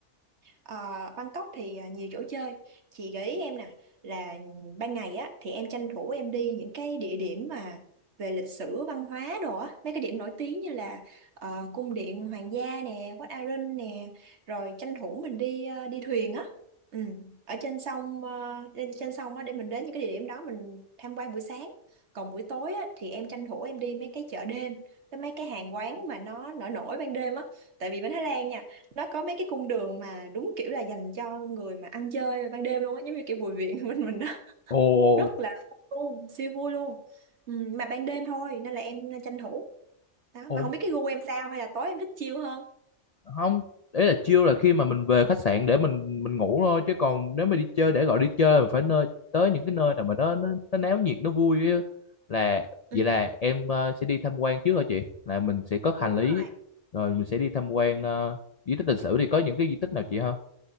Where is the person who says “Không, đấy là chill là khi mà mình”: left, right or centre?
Left